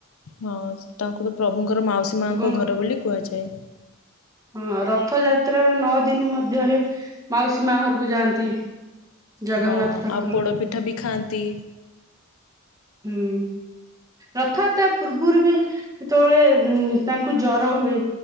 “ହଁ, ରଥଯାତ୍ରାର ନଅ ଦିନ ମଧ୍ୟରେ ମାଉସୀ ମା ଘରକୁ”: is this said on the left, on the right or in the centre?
Right